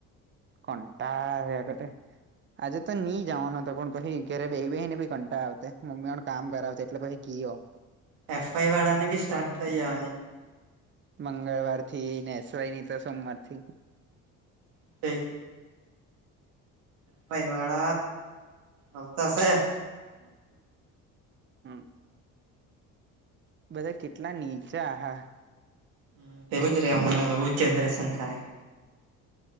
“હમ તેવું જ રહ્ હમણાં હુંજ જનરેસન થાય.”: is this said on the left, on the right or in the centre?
Right